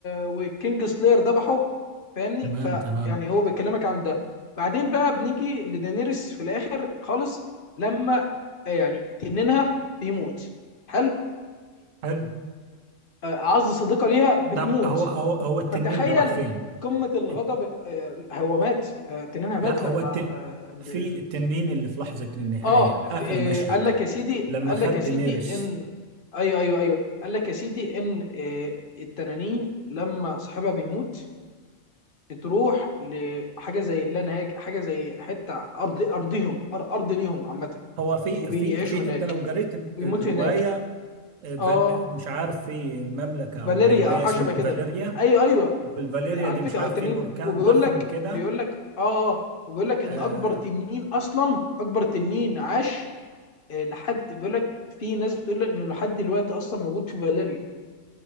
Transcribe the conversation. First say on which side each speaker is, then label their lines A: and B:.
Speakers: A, on the left (about 50°); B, on the right (about 80°).
A: وكينج سلاير ذبحه فاهمني
B: تمام
A: فيعني
B: تمام
A: هو بيكلمك عن ده بعدين بقى بنيجي لدانيرس في الاخر خالص لما يعني تنينها بيموت حلو
B: حلو
A: وعز صديقه ليها بتموت
B: ده ب- هو هو هو التنين
A: فتخيل
B: ده راح فين؟
A: قمه الغضب
B: الت-
A: آه، هو مات آه، تنينها مات
B: لا هو
A: لما
B: الت...
A: اه ب-
B: في التنين اللي في لحظة النهاية
A: آه،
B: آخر
A: في-
B: مشهد
A: آه، قال لك يا سيدي
B: لما
A: قال
B: خد
A: لك يا سيدي
B: دينيريس
A: ان ايوه ايوه ايوه قال لك يا سيدي ان آه، التنانين لما صاحبها بيموت بتروح لحاجه زي اللا نهايه حاجه زي حته ارض ارضهم أر- ارض ليهم عامه
B: هو في
A: وبيعيشوا
B: في في
A: هناك
B: انت لو قريت ال-
A: وبيموتوا
B: الرواية
A: هناك
B: آه، فال...
A: اه
B: آه، مش عارف في مملكة او
A: فاليريا
B: رواية
A: او حاجه
B: اسمها
A: شبه كده
B: فاليريا
A: ايوه ايوه
B: والفاليريا
A: على
B: دي
A: فكره
B: مش عارف
A: أه تنين
B: في بركان
A: وبيقول
B: ضخم
A: لك
B: كده
A: بيقول لك اه اه وبيقول لك ان
B: آه
A: اكبر تنين اصلا اكبر تنين عاش آه، لحد بيقول لك في ناس بتقول لك انه لحد دلوقتي اصلا موجود في فاليريا